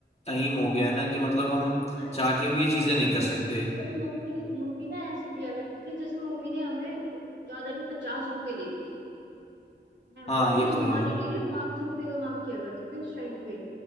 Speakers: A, on the left; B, on the right.
A: टाइम हो गया है ना कि मतलब हम
B: और
A: चाह के भी ये चीजें नहीं कर सकते
B: और मम्मी मम्मी ना ऐसे दिया करती थी जैसे मम्मी ने हमें ज्यादा नहीं पचास रुपए दे दिए हैं
A: हाँ
B: वो भी
A: ये
B: हमारे
A: तो है
B: लिए पांच सौ रुपए का काम किया करते थे उस टाइम पे